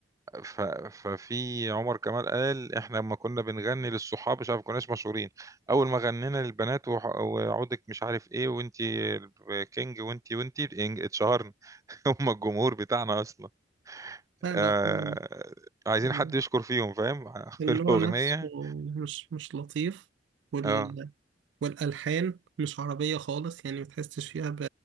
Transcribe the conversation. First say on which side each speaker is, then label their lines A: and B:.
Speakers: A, on the right; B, on the right.
A: ف... ففي عمر كمال قال احنا لما كنا بنغني للصحاب مش عارف كناش مشهورين أول ما غنينا للبنات وح... وعودك مش عارف ايه وانتي كينج وانتي وانتي إن- اتشهرنا <laughs> هم الجمهور بتاعنا أصلا
B: لا لا
A: آه...
B: م-
A: عايزين
B: م-
A: حد يشكر فيهم فاهم <laughs>
B: النوع
A: الأغنية
B: نفسه مش مش لطيف وال
A: اه,
B: والألحان مش عربية خالص يعني متحسش فيها